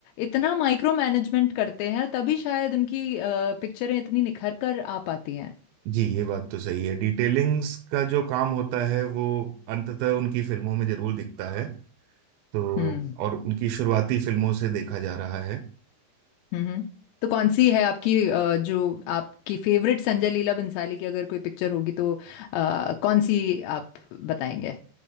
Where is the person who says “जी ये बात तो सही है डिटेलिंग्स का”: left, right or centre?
Right